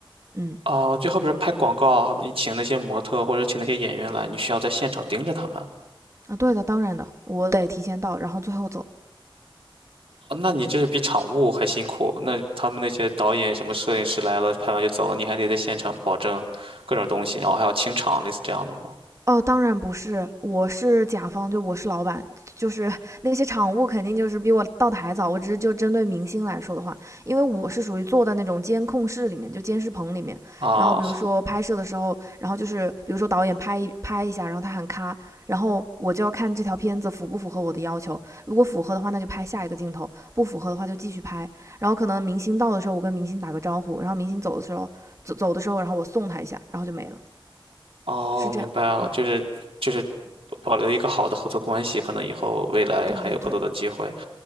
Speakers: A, on the right; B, on the right.
A: 嗯
B: 哦，就好比说拍广告啊，你请那些模特或者请那些演员来，你需要在现场盯着他们。
A: 啊，对的，当然的，我得提前到，然后最后走。
B: 哦那你这是比场务还辛苦。那他们那些导演、什么摄影师来了，拍完就走了，你还得在现场保证各种东西，然后还要清场，类似这样的吗？
A: 哦，当然不是，我是甲方，就我是老板，就是那些场务肯定就是比我到的还早。我只是就针对明星来说的话，因为我是属于坐在那种监控室里面，就监视棚里面。
B: 啊，
A: 然后比如说拍摄的时候，然后就是比如说导演拍一拍一下，然后他喊咔，然后我就要看这条片子符不符合我的要求。如果符合的话，那就拍下一个镜头；不符合的话就继续拍。然后可能明星到的时候，我跟明星打个招呼，然后明星走的时候，走走的时候，然后我送他一下，然后就没了，
B: 哦，
A: 是这样。
B: 明白了，
A: 嗯，
B: 就是就是保留一个好的合作关系，可能以后未来还有更多的机会。
A: 对对对。